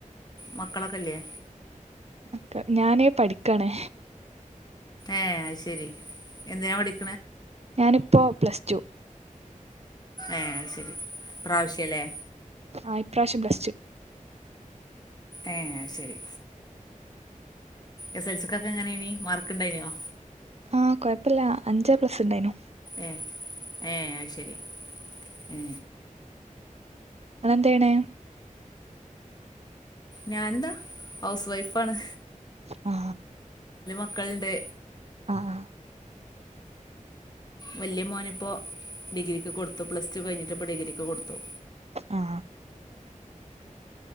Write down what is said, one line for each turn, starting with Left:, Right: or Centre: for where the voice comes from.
Left: മക്കളൊക്കെല്ല്യ?
Right: ക്കെ ഞാന് പഠിക്കാണ്.
Left: ഏ അത് ശരി എന്തിനാ പഠിപ്പി
Right: ഞാനിപ്പോ പ്ലസ് ടു
Left: ഏ അഅ് ശരി ഇപ്രാവശ്യല്ലേ?
Right: അ ഇപ്രാവശ്യം പ്ലസ് ടൂ
Left: ഏ അഹ്ശരി. എസ് എൽ സിക്കൊക്കെ എങ്ങനെയനി മാർക്ക് ഇണ്ടായിനോ
Right: ആഹ കൊഴപ്പില്ല അഞ്ച് എ പ്ലസ് ഉണ്ടായിനു.
Left: ഏ ഏ അയിശരി ഏ
Right: ഇങ്ങളെന്തെയ്യണെ
Left: ഞാനെന്താ ഹൗസ് വൈഫാണ്.
Right: ആ
Left: മക്കളണ്ട്.
Right: ആഹ
Left: വല്യ മോനിപ്പോ ഡിഗ്രിക്ക് കൊടുത്തു പ്ലസ് ടു കഴിഞ്ഞിട്ട്പ്പോഡിഗ്രിക്ക് കൊടുത്തു.
Right: ആ